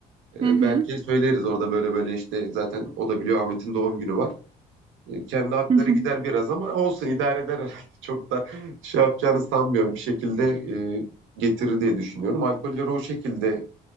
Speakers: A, on the right (about 70°); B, on the right (about 25°).
A: E,
B: Hı hı.
A: Berke'ye söyleriz orada böyle böyle işte zaten o da biliyor Ahmet'in doğum günü var. E, kendi hakları
B: Hı hı.
A: gider biraz ama olsun idare eder herhalde. <laughs> Çok da şey yapacağını sanmıyorum. Bir şekilde e, getirir diye düşünüyorum. Alkolleri o şekilde